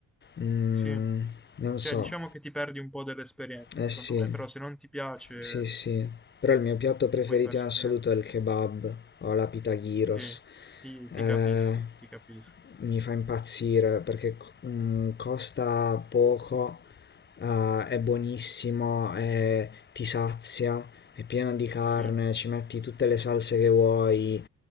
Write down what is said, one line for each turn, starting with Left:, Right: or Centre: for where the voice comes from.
Left: Mm,
Centre: Sì.
Left: non so.
Centre: Cioè, diciamo che ti perdi un po' dell'esperienza,
Left: Eh
Centre: secondo
Left: sì,
Centre: me, però se non ti piace
Left: sì, sì. Però il mio piatto
Centre: non
Left: preferito
Centre: puoi farci
Left: in assoluto
Centre: niente.
Left: è il kebab o la pita gyros.
Centre: Sì, ti, ti
Left: Eh,
Centre: capisco, ti capisco.
Left: mi fa impazzire perché mm, costa poco, eh, è buonissimo, è- ti sazia, è pieno di carne,
Centre: Sì.
Left: ci metti tutte le salse che vuoi.